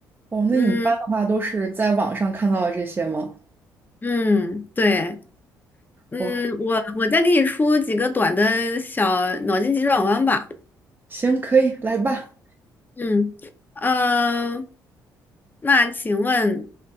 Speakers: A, on the right (about 25°); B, on the left (about 25°).
A: 哦，那你一般的话都是在网上看到的这些吗？
B: 嗯嗯，对，嗯，
A: 哇，
B: 我我再给你出几个短的小脑筋急转弯吧。
A: 行，可以，来吧。
B: 嗯，呃，那请问